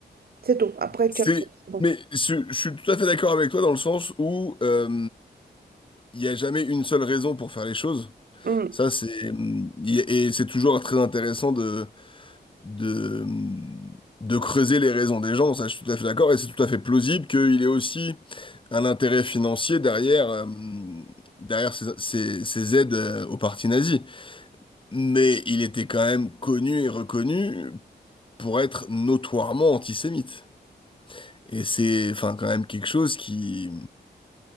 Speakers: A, on the right (about 60°); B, on the left (about 30°).
A: C'est tout. Après Churchill,
B: C'est,
A: c'est bon.
B: mais je, je suis tout à fait d'accord avec toi dans le sens où euh, Il n'y a jamais une seule raison pour faire les choses.
A: Mm.
B: Ça, c'est, hum, et c'est toujours très intéressant de, de, hum, de creuser les raisons des gens. Ça, je suis tout à fait d'accord. Et c'est tout à fait plausible qu'il y ait aussi un intérêt financier derrière, hum, derrière ces, ces- ces aides euh, aux partis nazis. Mais il était quand même connu et reconnu pour être notoirement antisémite. Et c'est, enfin, quand même quelque chose qui,